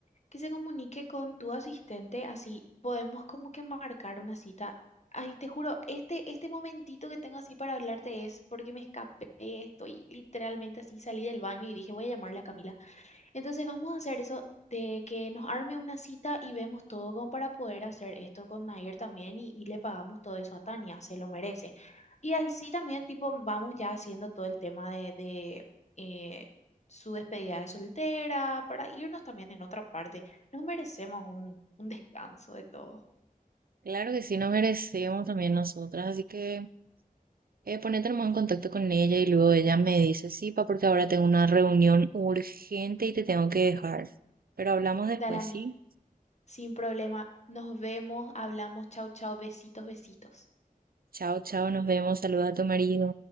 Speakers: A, on the left (about 50°); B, on the right (about 80°).
A: que se comunique con tu asistente, así podemos como que marcar una cita. Ay, te juro, este, este momentito que tengo así para hablarte es porque me escapé, estoy literalmente así, salí del baño y dije, voy a llamarle a Camila. Entonces vamos a hacer eso de que nos arme una cita y vemos todo como para poder hacer esto con Nair también y, y le pagamos todo eso a Tania, se lo merece. Y así también tipo vamos ya haciendo todo el tema de, de, eh, su despedida de soltera para irnos también en otra parte. Nos merecemos un, un descanso de todo.
B: Claro que sí, nos merecemos también nosotras, así que eh, ponete nomás en contacto con ella y luego ella me dice, sí, pa, porque ahora tengo una reunión urgente y te tengo que dejar. Pero hablamos después,
A: Dale a mí,
B: ¿sí?
A: sin problema. Nos vemos, hablamos, chau, chau, besitos, besitos.
B: Chao, chao, nos vemos. Saluda a tu marido.